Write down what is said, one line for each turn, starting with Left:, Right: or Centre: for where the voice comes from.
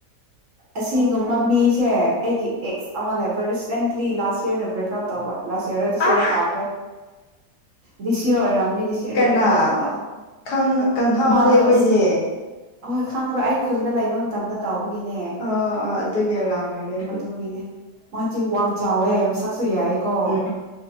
Right: ꯑꯁꯤꯒꯨꯝꯕ ꯃꯤ ꯁꯦ ꯑꯩꯒꯤ ꯑꯦꯛꯁ ꯑꯃ ꯂꯩꯕ ꯔꯤꯁꯦꯟꯠꯂꯤ ꯂꯥꯁ ꯌꯔ ꯑꯣꯏꯅ ꯕ꯭ꯔꯦꯛ ꯑꯥꯎꯠ ꯇꯧꯕ ꯂꯥꯁꯔ ꯇꯗꯤꯁꯤꯔꯦ
Left: ꯑꯥ
Right: ꯀꯥꯎꯈꯦ ꯗꯤꯁꯤ ꯑꯣ ꯔꯝꯅꯤ ꯁꯔꯅ
Left: ꯀꯅꯥ
Right: ꯕ꯭ꯔꯦꯛꯑꯞ ꯇꯧꯕ
Left: ꯈꯪ ꯈꯪꯍꯧꯗꯦ
Right: ꯃꯥꯗꯣ
Left: ꯑꯩꯈꯣꯏꯗꯤ
Right: ꯑꯁ ꯑꯍꯣꯏ ꯈꯪꯉ꯭ꯔꯣ ꯑꯩ ꯈꯨꯟꯗ ꯂꯩꯕ ꯃꯇꯝꯗ ꯇꯧꯕꯒꯤꯅꯦ
Left: ꯑꯥ ꯑꯥ ꯑꯗꯨꯒꯤ ꯑꯣꯏꯔꯝꯒꯅꯤ
Right: ꯑꯗꯨꯒꯤꯅꯦ ꯃꯥꯁꯤ ꯋꯥꯡ ꯆꯥꯎꯋꯦ ꯁꯛꯁꯨ ꯌꯥꯏꯀꯣ
Left: ꯎꯝ